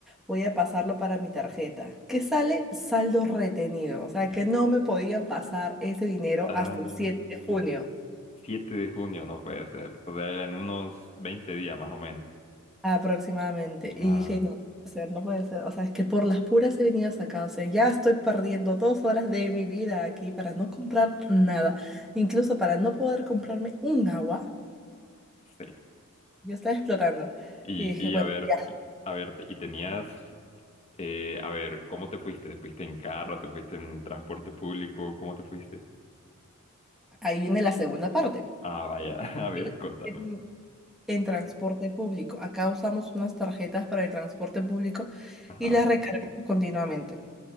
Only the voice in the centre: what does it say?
Voy a pasarlo para mi tarjeta. Que sale saldo retenido. O sea, que no me podían pasar ese dinero
hasta el siete de junio.
aproximadamente.
Y dije, no, no puede ser, no puede ser. O sea, es que por las puras he venido hasta acá. O sea, ya estoy perdiendo dos horas de mi vida aquí para no comprar nada. Incluso para no poder comprarme un agua.
Yo estaba explotando.
Y dije, bueno,
ya,
ahí viene la segunda parte.
En,
en- en transporte público. Acá usamos unas tarjetas para el transporte público
y las recargamos continuamente.